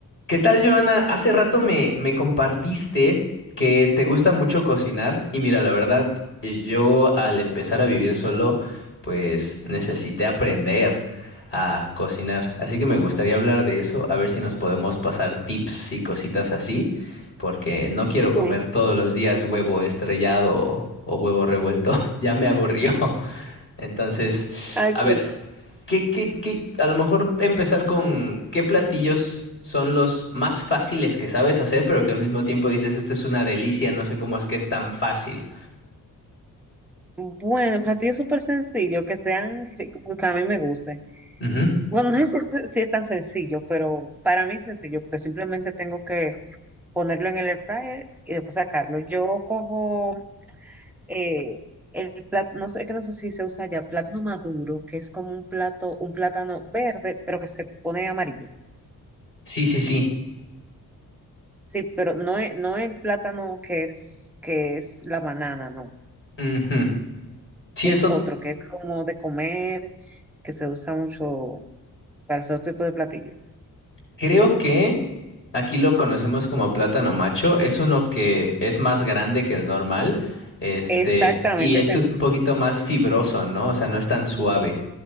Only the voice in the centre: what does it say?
Sí,
ay,
sí.
Bueno, platillos súper sencillos, que sean ricos, porque a mí me gusten.
Bueno, no sé si es, si es tan sencillo, pero para mí es sencillo, porque simplemente tengo que ponerlo en el air fryer y después sacarlo. Yo cojo eh, el plátano, no sé, que no sé si se usa ya, plátano maduro, que es como un plato, un plátano verde, pero que se pone amarillo.
Sí, pero no es, no el plátano que es, que es la banana, no.
Es
otro, que es como de comer, que se usa mucho para ese otro tipo de platillo.
Exactamente
ese
mismo.